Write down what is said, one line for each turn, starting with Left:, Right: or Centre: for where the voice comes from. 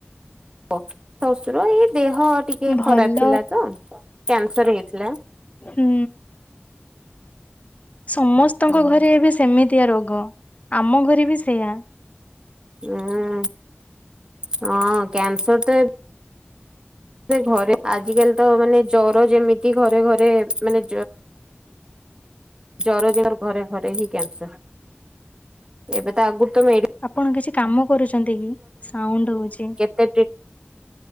Right: ଓ ଶ୍ୱଶୁର ଏଇ ଦେହ ଟିକେ
Left: ଭଲ
Right: ଖରାପ ଥିଲା ତ କ୍ୟାନସର ହେଇଥିଲା।
Left: ହୁଁ। ସମସ୍ତଙ୍କ
Right: ଉଁ
Left: ଘରେ ଏବେ ସେମିତିଆ ରୋଗ। ଆମ ଘରେ ବି ସେୟା।
Right: ହୁଁ ହଁ କ୍ୟାନସର ତ ଏ ଘରେ ଆଜିକାଲି ତ ମାନେ ଜର ଯେମିତି ଘରେ ଘରେ ମାନେ ଜର ଜର ଘରେ ଘରେ ହିଁ କନ୍ସ ଏବେ ତ ଆଗରୁ ତମେ ଏ
Left: ଆପଣ କିଛି କାମ କରୁଛନ୍ତି କି ସାଉଣ୍ଡ ହଉଛି।
Right: କ୍ରେଡିଟ୍